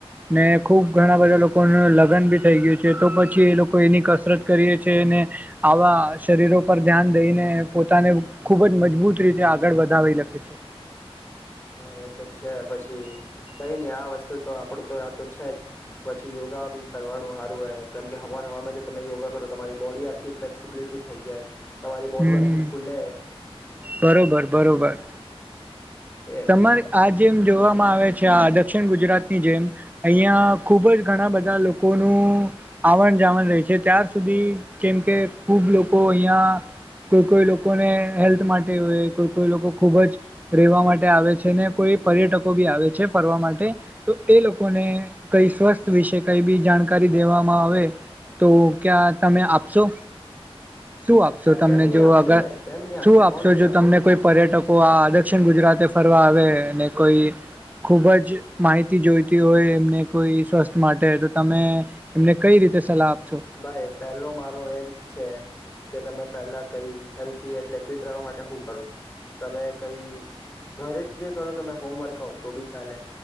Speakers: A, on the right; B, on the left.
A: ને ખુબ ઘણા બધા લોકો લોકોનું લગ્ન બી થઈ ગયું છે તો પછી એ લોકો એની કસરત કરીએ છે અનેને આવા શરીરો પર ધ્યાન દઈને પોતાને ખૂબ જ મજબૂત રીતે આગળ વધાવી લખે છે
B: હા એતો છે પછી કઈ નહી આ વસ્તુ તો આપડું તો આ તો છે જ પછી યોગા ભી કરવાનું સારું હો કેમ કે હવાર હવારમાં તમે યોગા કરો તમારી બોડી આખી ફ્લેક્સિબિલિટી થઇ જાય તમારી
A: હમ
B: બોડી આખી ખુલે
A: બરોબર બરોબર
B: એમ
A: તમારે આ જેમ જોવામાં આવે છે. છે દક્ષિણ ગુજરાતની જેમ અહીયાં ખૂબ જ ઘણા બધા લોકોનું આવણ જાવણ રહે છે ત્યાર સુધી જેમ કે ખૂબ લોકો અહીિયાં કોઈ કોઈ લોકોને હેલ્થ માટે
B: હમ
A: કોઈ લોકો ખૂબ જ રહેવા માટે આવે છે ને કોઈ પર્યટકો બી આવે છે ફરવા માટે તો એ લોકોને કઈ સ્વસ્થ વિશે કઈ બી જાણકારી દેવામાં આવે તો ક્યાં તમે આપશો. શું આપશો તમને
B: કેમ નહી
A: જો
B: આપશે
A: અગર
B: ભાઈ કેમ નહી આપશે
A: શું આપશો
B: કોણ નહી
A: જો
B: આપશે
A: તમને
B: ભાઈ
A: કોઈ પર્યટકો આ દક્ષિણ ગુજરાત એફ ફરવા આવે અને કોઈ ખૂબ જ માહિતી જોઈતી હોય એમને કોઈ સ્વસ્થ માટે તો તમે એમને કઈ રીતે સલાહ આપશો
B: ભાઈ પેલો મારો એમ છે કે તમે પેલા કઈ હેલ્ એટલે ફિટ રવા માટે હું કરું તમે કઈ ઘરે જ જે કર તમે હોમવર્ક આઉટ તો બી ચાલે